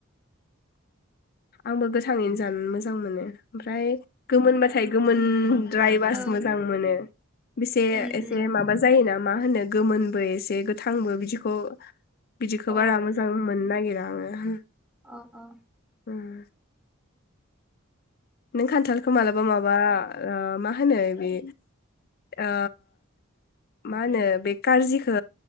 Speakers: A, on the left; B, in the centre.
A: आंबो गोथाङैनो जानो मोजां मोनो ओमफ्राय गोमोनबाथाय गोमोन द्रायबासो
B: औ
A: मोजां मोनो बेसे
B: उम
A: एसे
B: उम
A: माबा जायोना मा होनो गोमोनबो एसे गोथांबो बिदिखौ बिदिखौ
B: अ
A: बारा मोजां मोन्नो नागिरा <unintelligible>
B: औ औ।
A: उम। खान्थालखौ मालाबा माबा ओ मा होनो बे ओ मा होनो बे कारजिखो